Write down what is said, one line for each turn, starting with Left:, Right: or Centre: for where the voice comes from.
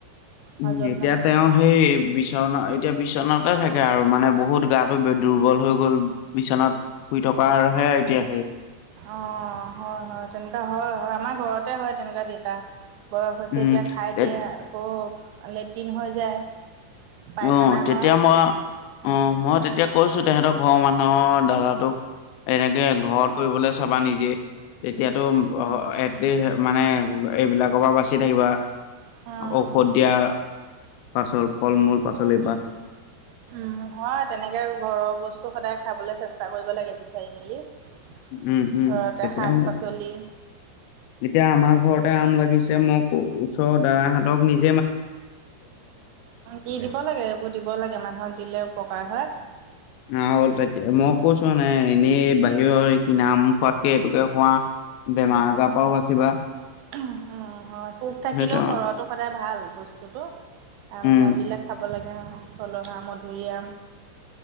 Left: উম
Right: হজম
Left: এতিয়া
Right: নহয়
Left: তেওঁ সেই বিচনা এতিয়া বিচনাতে থাকে আৰু মানে বহুত গাটো দুৰ্বল হৈ গ'ল বিচনাত শুই থকাৰহে এতিয়া হেয়ি
Right: অ হয় হয় তেনেকুৱা হয় হয় আমাৰ ঘৰত তে হয়, তেনেকুৱা দেতা বয়স হৈছে
Left: উম
Right: এতিয়া খায় দিয়ে আকৌ লেট্ৰিন হৈ যায় পায়খানা
Left: উ তেতিয়া
Right: হয়
Left: মই অ
Right: অঁ
Left: মই তেতিয়া কৈছো তেহেঁতৰ ঘৰৰ মানুহৰ দাদ তোক এনেকে ঘ কৰিববলৈ চাবা নিজে তেতিয়াতো
Right: অঁ
Left: এটলিষ্ট মানে এইবিলাকৰ পৰা বাচি থাকিবা
Right: অঁ
Left: ঔষধ দিয়া পাচল ফল মূল
Right: উম
Left: পাচলিৰ পৰা।
Right: হয়য় তেনেকে ঘৰৰ বস্তু সদায় খাবলৈ চেষ্টা কৰিব লাগে বিচাৰি মেলি ঘৰতে
Left: উম, উম, তেতিয়া
Right: শাক
Left: মোক
Right: পাচলি।
Left: এতিয়া আমাৰ
Right: তেনেকৈ
Left: ঘৰতে আম লাগিছে মোক ওচৰৰ দাদাহঁতক নিজ
Right: দি দিব লাগে এইবোৰ দিব লাগে মানুহক দিলে উপকাৰ হয়
Left: আহ'ল ততিয়া মই কৈছো নাই এনেই বাহিৰৰ এই কি নাম খোৱাতকে এইটোকে খোৱা বেমাৰজ পাও বাচিবা
Right: উম হয় পোক থাকিলেও
Left: সেইটোৱে
Right: ঘৰতো সদায় ভাল ব্তু বস্তুটো আম
Left: উম,
Right: চামবিলাক খাব লাগে আৰু মধুৰআম